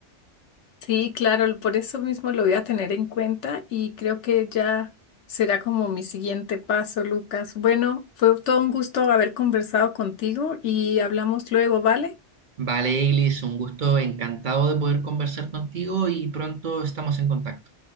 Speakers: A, on the left; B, on the right.
A: Sí, claro, por eso mismo lo voy a tener en cuenta y creo que ya será como mi siguiente paso, Lucas. Bueno, fue todo un gusto haber conversado contigo y hablamos luego, ¿vale?
B: Vale, Eglis, un gusto, encantado de poder conversar contigo y pronto estamos en contacto.